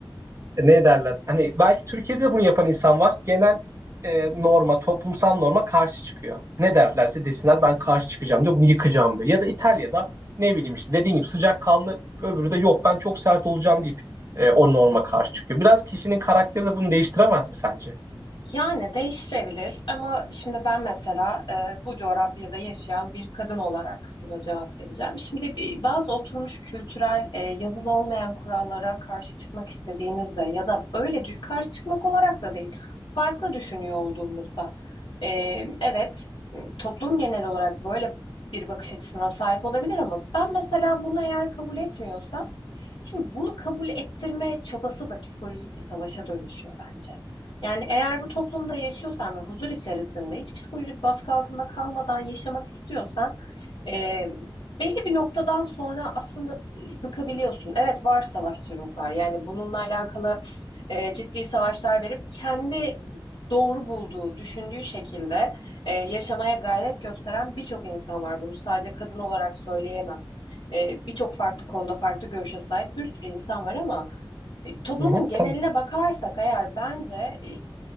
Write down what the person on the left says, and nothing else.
Yani değiştirebilir ama şimdi ben mesela e, bu coğrafyada yaşayan bir kadın olarak buna cevap vereceğim. Şimdi bir- bazı oturmuş kültürel e, yazılı olmayan kurallara karşı çıkmak istediğimizde ya da öyle dü- karşı çıkmak olarak da değil, farklı düşünüyor olduğumuzda e, evet toplum genel olarak böyle bir bakış açısına sahip olabilir ama ben mesela bunu eğer kabul etmiyorsam Şimdi bunu kabul ettirme çabası da psikolojik bir savaşa dönüşüyor bence. Yani eğer bu toplumda yaşıyorsan ve huzur içerisinde hiç psikolojik baskı altında kalmadan yaşamak istiyorsan e, belli bir noktadan sonra aslında bıkabiliyorsun. Evet var savaşçı ruhlar yani bununla alakalı e, ciddi savaşlar verip kendi doğru bulduğu, düşündüğü şekilde e, yaşamaya gayret gösteren birçok insan var. Bunu sadece kadın olarak söyleyemem. E, birçok farklı konuda farklı görüşe sahip bir sürü insan var ama e, Toplumun
geneline
bakarsak eğer bence e,